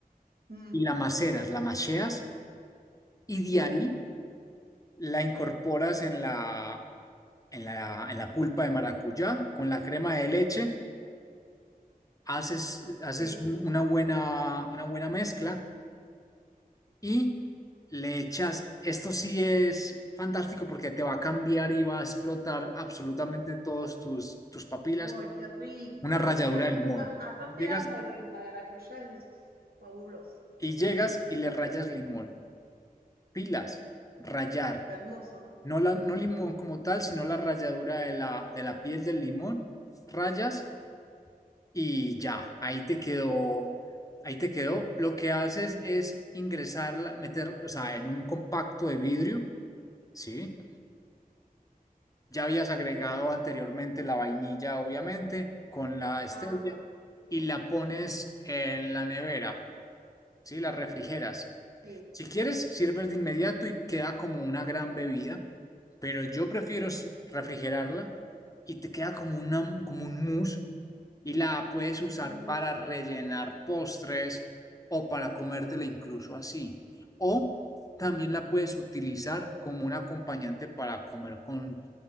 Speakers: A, on the right (about 80°); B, on the left (about 20°).
A: mm,
B: y la maceras, la macheas y
A: sí,
B: de ahí la incorporas en la, en la, en la pulpa de maracuyá con la crema de leche, haces, haces
A: sí.
B: un- una buena, una buena mezcla y le echas, esto sí es fantástico porque te va a cambiar y va a explotar absolutamente todos tus, tus papilas,
A: ¡Ay, qué rico!
B: una ralladura
A: Me encanta.
B: de limón.
A: Apa- aparte
B: Llegas
A: amo el maracuyá, es fabuloso,
B: y llegas y le rayas limón, pilas, rayar
A: hermoso.
B: no, la, no limón como tal, sino la ralladura de la, de la piel del limón, rayas y ya, ahí te quedó, ahí te quedó. Lo que haces es ingresarla, meter, o sea, en un compacto de vidrio, ¿sí? Ya habías agregado anteriormente la vainilla, obviamente, con la stevia
A: Ah,
B: y la pones en la nevera, ¿sí? La refrigeras.
A: sí,
B: Si quieres, sirves de inmediato y queda como una gran bebida, pero yo prefiero s- refrigerarla y te queda como, una, como un mousse y la puedes usar
A: hermoso.
B: para rellenar postres o para comértela incluso así. O también la puedes utilizar como un acompañante para comer con,